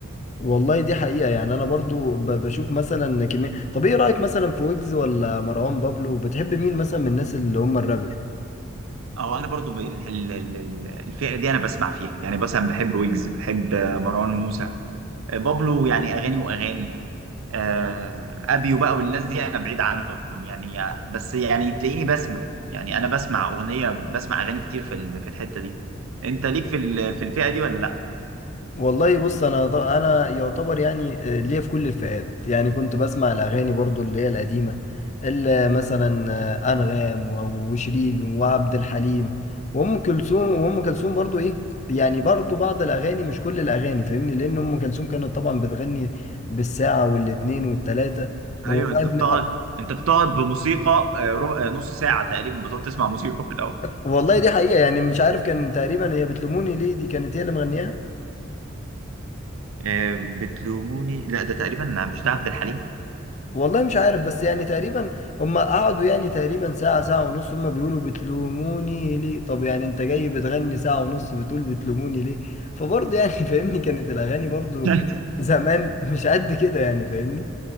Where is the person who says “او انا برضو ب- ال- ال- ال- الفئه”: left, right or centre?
Right